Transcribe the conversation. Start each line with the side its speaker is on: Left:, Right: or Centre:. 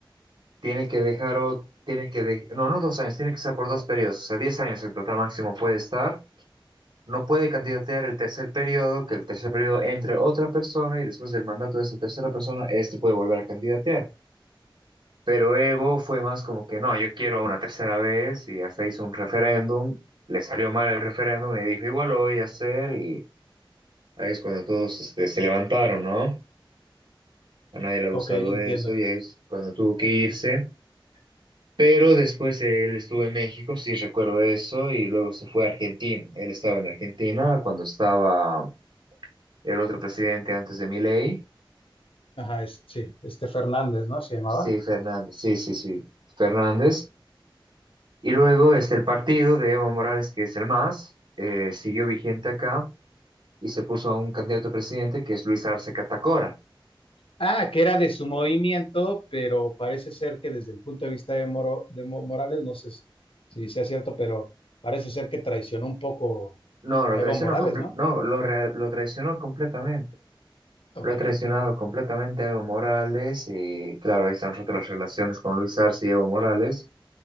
Right: tiene que dejar o tiene que de- no, no dos años, tiene que estar por dos periodos, o sea, diez años en total máximo puede estar. No puede candidatear el tercer periodo, que el tercer periodo entre otra persona y después del mandato de esa tercera persona, este puede volver a candidatear. Pero Evo fue más como que no, yo quiero una tercera vez y hasta hizo un referéndum, le salió mal el referéndum y dijo igual lo voy a hacer y ahí es cuando todos este, se levantaron, ¿no? A nadie le ha gustado
Left: ok, entiendo.
Right: eso y ahí es cuando tuvo que irse. Pero después él estuvo en México, sí recuerdo eso, y luego se fue a Argentina. Él estaba en Argentina cuando estaba el otro presidente antes de Milei.
Left: Ajá, es- sí, este Fernández, ¿no? Se llamaba.
Right: Sí, Fernández, sí, sí, sí, Fernández. Y luego este, el partido de Evo Morales, que es el MAS, eh, siguió vigente acá y se puso a un candidato a presidente que es Luis Arce Catacora.
Left: Ah, que era de su movimiento, pero parece ser que desde el punto de vista de, Moro, de Mo- Morales, no sé si si sea cierto, pero parece ser que traicionó un poco
Right: No, lo
Left: a
Right: traicionó,
Left: Evo Morales,
Right: comple-
Left: ¿no?
Right: no, lo, re- lo traicionó completamente.
Left: Ok,
Right: Lo ha traicionado completamente a Evo Morales y claro, ahí están rotas las relaciones con Luis Arce y Evo Morales.